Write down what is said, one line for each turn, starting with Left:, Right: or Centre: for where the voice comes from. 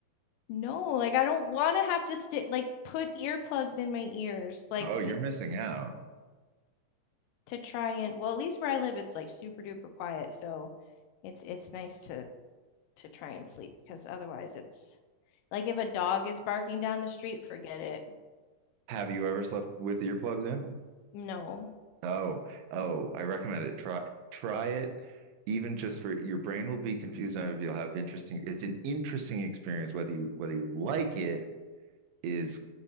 Left: no like i don't want to have to stick like put earplugs in my ears like
Right: Oh, you're
Left: to
Right: missing out.
Left: to try and well, at least where I live, it's like super duper quiet, so it's it's nice to to try and sleep because otherwise it's like if a dog is barking down the street, forget it.
Right: Have you ever slept with earplugs in?
Left: No.
Right: Oh, oh, I recommend it. Try try it even just for your brain will be confused and you'll have interesting it's an interesting experience whether you whether you like it is